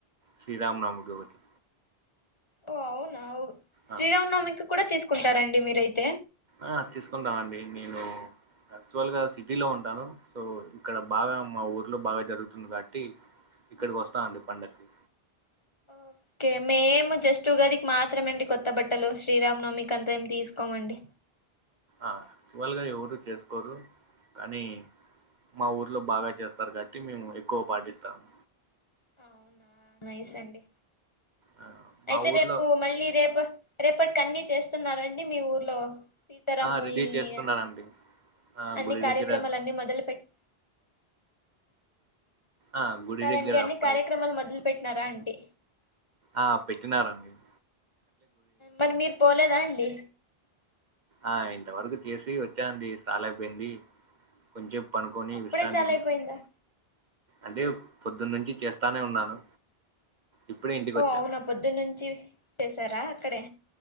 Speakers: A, on the right (about 50°); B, on the left (about 30°).
A: శ్రీరామనమికి ఒకటి
B: ఓ అవునా ఉగ్
A: ఆ
B: శ్రీరాం నవమికి క కూడా తీసుకు కుంటారండి మీరైతే
A: ఆ తీసుకుంటాం అండి నేను యాక్చువల్ గా సిటీలో ఉంటాను సో ఇక్కడ బాగా మా ఊర్లో బాగా జరుగుతుంది కాబట్టి ఇక్కడికి వస్తాండి పండగకి
B: ఓకే మేము జస్ట్ ఉగాది కి మాత్రమే అండి కొత్త బట్టలు శ్రీరామనవమికి అంతా ఏం తీసుకోమండి
A: ఆ వల్గాయో రు చేసుకోరు కానీ మా ఊర్లో బాగా చేస్తారు కాబట్టి మేము ఎక్కువ పాటిస్తాము
B: అవునా నైస్ అండి
A: ఆ!
B: అయితే
A: మా ఊర్లో
B: రేపు మళ్ళీ రేపు రేపటికిన్నీ చేస్తున్నారండి మీ ఊర్లో సీతారాముల్ని
A: ఆ రెడీ చేస్తున్నానండి ఆ
B: అన్ని
A: గుడి
B: కార్యక్రమాలన్నీ
A: దగ్గర
B: మొదలు పెట్టి
A: ఆ గుడి
B: కాదండి
A: దగ్గర
B: అన్ని
A: అప్పుడే
B: కార్యక్రమాలు మొదలు పెట్ సరే ఆంటీ
A: ఆ పెట్టినారా మీరు
B: మరి మీరు పోలేదా అండి
A: ఆ ఇంతవరకు చేసి వచ్చా నండి సాలె అయిపోయింది కొంచెం పనుకొని
B: అప్పుడే
A: విశ్రాంతి
B: చాలా
A: తీసుకొనీ
B: అయిపోయిందా
A: అంటే పొద్దున్న నుంచి చేస్తానే ఉన్నాను ఇప్పుడే ఇంటికి
B: ఓ
A: వచ్చాను
B: అవునా పొద్దున్న నుంచి చేస్ తర అక్కడే